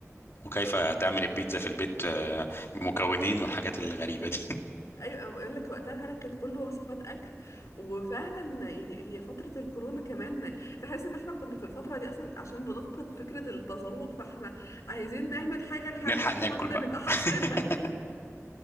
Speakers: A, on the left; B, on the left.
A: وكيف
B: آه.
A: تعمل البيتزا في البيت آه، بمكونين والحاجات الغريبه دي
B: ايوه بقول لك وقتها فعلا كانت كله وصفات اكل وفعلا يعني هي فتره الكورونا كمان تحس ان احنا كنا في الفتره دي اصلا عشان بنفقد فكره التذوق فاحنا عايزين نعمل حاجه
A: <laughs>
B: نحاول
A: نلحق
B: إن
A: ناكل
B: احنا حتى
A: بقى
B: نبقى حاسينها
A: <laughs>